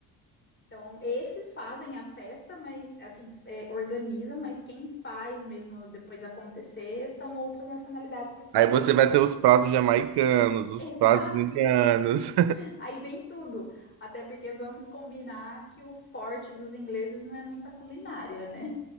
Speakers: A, on the left; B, on the right.
A: Então, esses fazem a festa, mas assim, é, organizam, mas quem faz mesmo depois acontecer são outras nacionalidades, porque
B: Aí você vai ter os pratos jamaicanos, os
A: exato,
B: pratos indianos.
A: <laughs> aí vem tudo. Até porque vamos combinar que o forte dos ingleses não é muita culinária, né?